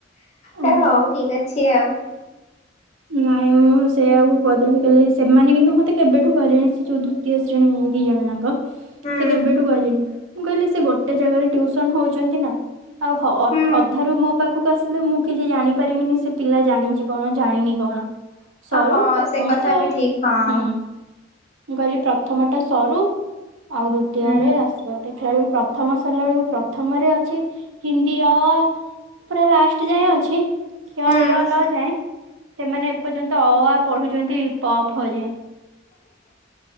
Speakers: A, on the right; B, on the left.
A: ଓହୋ।
B: ସେ ହଉ ଠିକ ଅଛି ଆଉ।
A: ନାଇଁ ମୁଁ ସେଇଆକୁ କହିଦେଲି କାଲି ସେମାନେ କିନ୍ତୁ ମତେ କେବେଠୁ କହିଲେଣି ସେ ଯୋଉ ଦ୍ଵିତୀୟ ଶ୍ରେଣୀ ଦି ଜଣ ଯାଙ୍କ।
B: ହୁଁ
A: ସେ କେବେଠୁ କହିଲେଣି। ମୁଁ କହିଲି ସେ ଗୋଟେ ଜାଗାରେ ଟିଉସନ ହଉଛନ୍ତି ନା। ଆଉ
B: ହୁଁ
A: ଅଧାରୁୁ ମୋ ପାଖକୁ ଆସ ମ ମୁଁ କିଛି ଜାଣିପାରିବିନି ସେ ପିଲା ଜାଣିଛି କଣ ଜାଣିନି କଣ? ସରୁ
B: ହଁ
A: ପ୍ରଥମ
B: ସେ କଥା
A: ତ
B: ବି ଠିକ ହଁ।
A: ହୁଁ ମୁଁ କହିଲି ପ୍ରଥମଟା ସରୁ ଆଉ ଦ୍ଵିତୀୟରେ
B: ହୁଁ
A: ଆସିବ ସେ ଖେଳିକି ପ୍ରଥମ ସରିଲା ବେଳକୁ ପ୍ରଥମରେ ଅଛି ହିନ୍ଦୀ ଅ ଆ। ପୁରା ଲାଷ୍ଟ ଯାଏ ଅଛି। କ୍ଷ,
B: ହୁଁ
A: ୟ, ଲ ଯାଏ। ସେମାନେ ଏପର୍ଯ୍ୟନ୍ତ ଅ ଆ ପଢୁଛନ୍ତି ପ ଫ ଯାଏ।